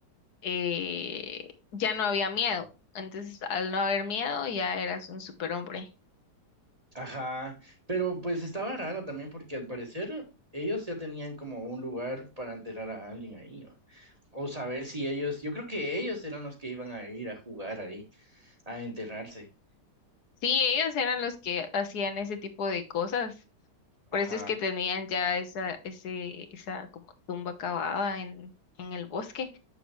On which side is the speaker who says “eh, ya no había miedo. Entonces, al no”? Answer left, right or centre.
Left